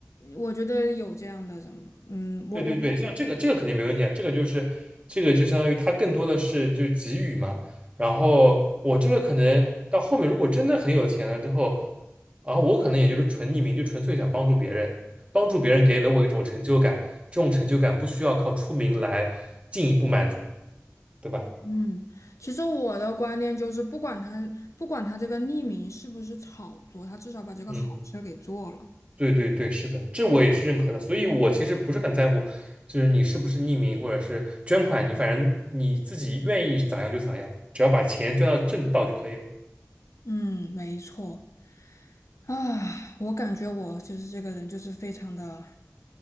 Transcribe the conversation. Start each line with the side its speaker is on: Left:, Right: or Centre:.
Left: 我觉得有这样的人，嗯，我我。
Right: 对对对，像这个这个肯定没问题啊，这个就是这个就相当于他更多的是就是给予嘛。然后我这个可能到后面如果真的很有钱了之后，然后我可能也就是纯匿名，就纯粹想帮助别人，帮助别人给了我一种成就感，这种成就感不需要靠出名来进一步满足，对吧？
Left: 嗯，其实我的观念就是，不管他不管他这个匿名是不是炒作，他至少把这个好事儿给做了。
Right: 嗯，对对对，是的，这我也是认可的。所以我其实不是很在乎，就是你是不是匿名或者是捐款，你反正你自己愿意咋样就咋样，只要把钱捐到正道就可以了。
Left: 嗯，没错。啊，我感觉我就是这个人，就是非常的，